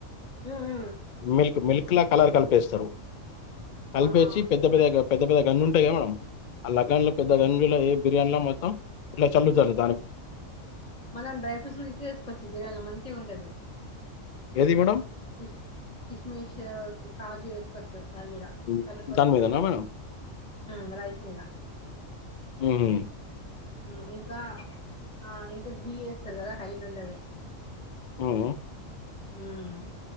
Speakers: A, on the left; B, on the left.
A: మ్మ్
B: మిల్క్ మిల్క్ కలర్ కలిపేస్తరు కలిపేసి
A: ఆహా
B: పెద్ద పెద్ద
A: అన్
B: పెద్ద పెద్ద గన్ను ఉంటయి కదా మేడమ్ ఆ లగాన్ లో పెద్ద గంజులో ఏ బిర్యానీలో మొత్తం ఇట్ల చల్లుతరు
A: మనం డ్రై ఫ్రూట్స్ ఈజీగ వేసుకోవచ్చు బిర్యానీలా మంచిగ ఉంటది
B: ఏది మేడం
A: కిష్ కిష్మిష్ కాజు వేసుక దాని మీద
B: హ్మ్.
A: తనుకోచ్చు
B: దాని మీదనా మేడం?
A: మ్ రైస్ మీద
B: మ్మ్
A: మ్ ఇంకా ఆ ఇంకా గీ వేస్తారు కదా హెల్ట్ ఉంటది
B: హ్మ్.
A: మ్మ్